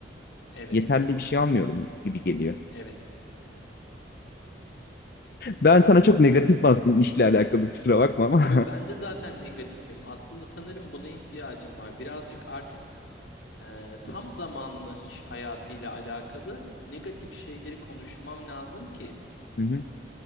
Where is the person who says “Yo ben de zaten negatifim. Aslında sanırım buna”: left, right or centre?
Left